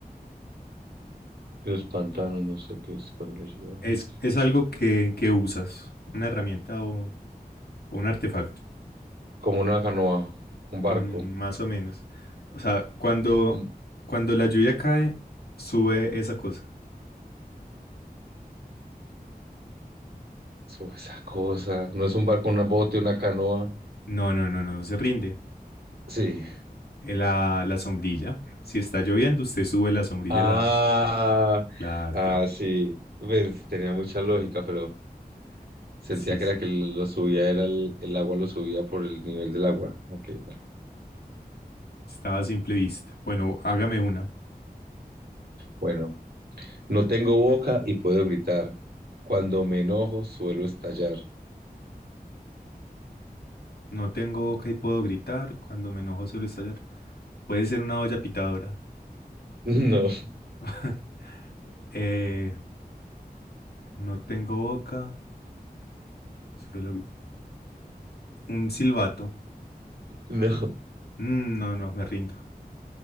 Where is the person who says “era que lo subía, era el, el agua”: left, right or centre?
Right